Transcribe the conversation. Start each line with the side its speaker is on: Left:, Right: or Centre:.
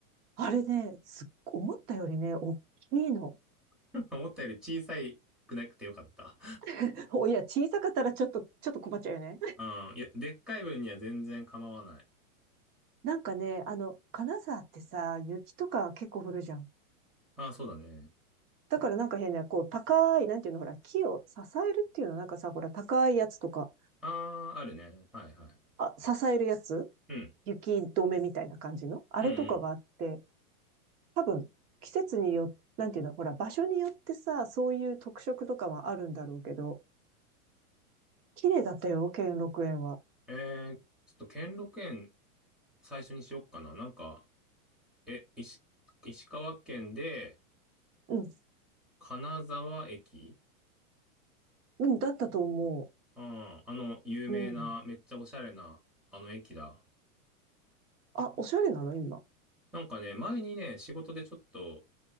Right: あれね、すっ思ったよりね、大きいの。
Centre: <laughs> 思ったより小さくなくてよかった。
Right: <laughs> お、いや、小さかったらちょっと、ちょっと困っちゃうよね。
Centre: ああ、いや、でっかい分には全然構わない。
Right: <laughs> なんかね、あの、金沢ってさ、雪とか結構降るじゃん。
Centre: ああ、そうだね。
Right: だからなんか変な、こう、高い、なんていうの、ほら、木を支えるっていうの、なんかさ、ほら、高いやつとか、
Centre: ああ、あるね。はいはい。
Right: あ、支えるやつ
Centre: うん。
Right: 雪止めみたいな感じのあれとかがあって、
Centre: うん
Right: 多分、季節によって、なんていうの、ほら、場所によってさ、そういう特色とかはあるんだろうけど、綺麗だったよ、兼六園は。
Centre: うん。えー、ちょっと兼六園最初にしよっかな。なんか、え、石、石川県で、
Right: うん。
Centre: 金沢駅
Right: うん、だったと思
Centre: ああ、あの、有名な、
Right: う。うん。
Centre: めっちゃおしゃれな、あの駅だ。
Right: あ、おしゃれなの今。
Centre: なんかね、前にね、仕事でちょっと、